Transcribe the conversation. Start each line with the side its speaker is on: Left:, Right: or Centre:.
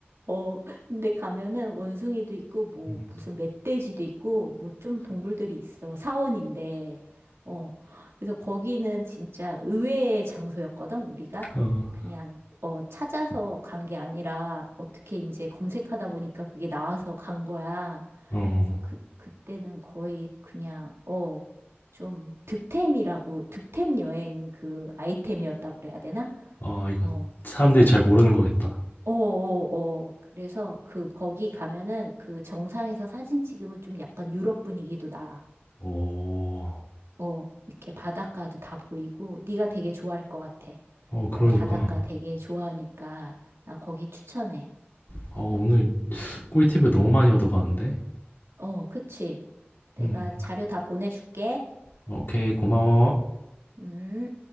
Right: 어, 근데 가면은 원숭이도 있고, 뭐,
Left: 음.
Right: 무슨 멧돼지도 있고, 뭐 좀 동물들이 있어. 사원인데, 어, 그래서 거기는 진짜 의외의 장소였거든, 우리가.
Left: 어.
Right: 그냥, 어, 찾아서 간 게 아니라, 어떻게 이제 검색하다 보니까 그게 나와서 간 거야.
Left: 어.
Right: 그래서 그, 그때는 거의 그냥, 어, 좀 득템이라고, 득템 여행 그 아이템이었다고 그래야 되나?
Left: 아 이거
Right: 어.
Left: 사람들이 잘 모르는 거겠다.
Right: 어어어. 그래서 그 거기 가면은 그 정상에서 사진 찍으면 좀 약간 유럽 분위기도 나.
Left: 오...
Right: 어. 이렇게 바닷가도 다 보이고 네가 되게 좋아할 것 같아.
Left: 어, 그러니까.
Right: 너가 바닷가 되게 좋아하니까 나 거기 추천해.
Left: 어, 오늘 꿀팁을 너무 많이 얻어가는데?
Right: 어, 그치. 내가
Left: 음,
Right: 자료 다 보내줄게.
Left: 오케이, 고마워.
Right: 음.